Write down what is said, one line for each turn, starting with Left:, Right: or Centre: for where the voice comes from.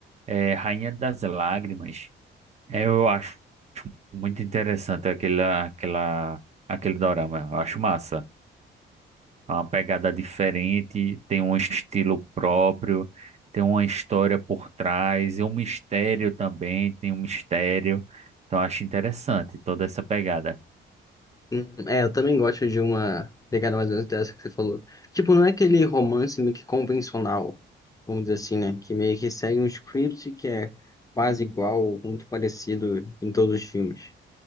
Right: é Rainha das Lágrimas. É, Eu acho muito interessante aquela, aquela, aquele dorama. Eu acho massa. É uma pegada diferente, tem um estilo próprio, tem uma história por trás, e um mistério também, tem um mistério. Então, eu acho interessante toda essa pegada.
Left: Hum, É, eu também gosto de uma pegada mais ou menos dessa que você falou. Tipo, não é aquele romance meio que convencional, vamos dizer assim, né? Que meio que segue um script que é quase igual, muito parecido em todos os filmes.